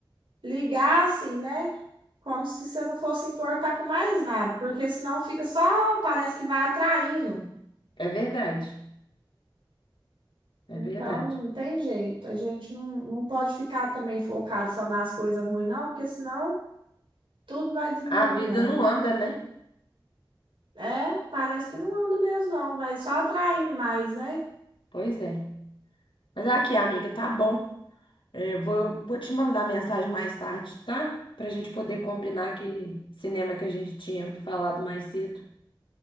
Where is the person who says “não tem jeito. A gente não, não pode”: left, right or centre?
Right